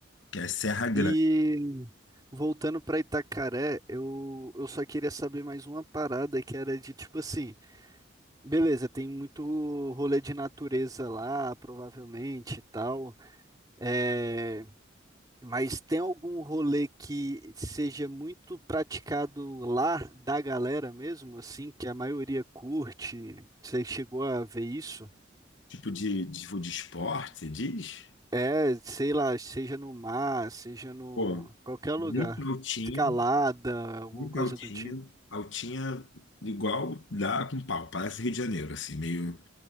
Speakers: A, on the left; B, on the right.
A: que é Serra Grande.
B: E voltando pra Itacaré, eu, eu só queria saber mais uma parada que era de tipo assim, beleza, tem muito rolê de natureza lá, provavelmente e tal, é, mas tem algum rolê que seja muito praticado lá da galera mesmo, assim, que a maioria curte? Você chegou a ver isso?
A: Tipo de, de, tipo de esporte, você diz?
B: É, sei lá, seja no mar, seja no
A: Pô,
B: qualquer lugar.
A: muito altinha,
B: Escalada, alguma
A: muito
B: coisa
A: altinha,
B: do tipo.
A: altinha igual dá com pau, parece Rio de Janeiro, assim, meio